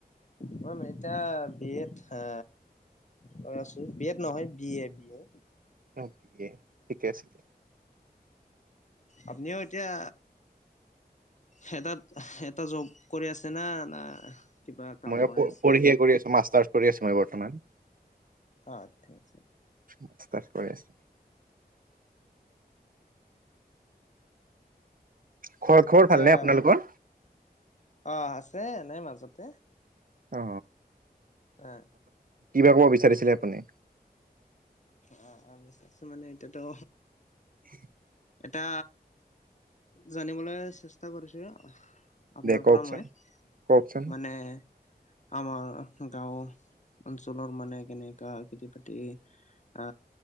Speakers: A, on the left; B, on the right.
A: মই এতিয়া বি এড আ কৈ আছোঁ, বি এড নহয় B A B A.
B: Okay ঠিকে আছে।
A: আপুনিও এতিয়া হেটাত এটা জব কৰি আছে না না কিবা কাম
B: মই
A: কৰি আছে
B: পঢ়িয়ে কৰি আছো, মাষ্টাৰ্ছ কৰি আছো মই বৰ্তমান।
A: অ ঠিক আছে।
B: মাষ্টাৰ্ছ কৰি আছ- ঘৰত খবৰ
A: এতিয়া
B: ভালনে আপোনালোকৰ
A: অ আছে এনেই মাজতে।
B: অ
A: এ
B: কিবা ক'ব বিচাৰিছিলে আপুনি?
A: অ অ বিচাৰিছোঁ মানে এত ত
B: <inaudible>
A: এটা জানিবলৈ চেষ্টা কৰিছোঁ আপোনাৰ
B: দে কওকচোন
A: পৰা মই
B: কওকচোন
A: মানে আমাৰ গাঁও অঞ্চলৰ মানে কেনেকা খেতি বাতি আ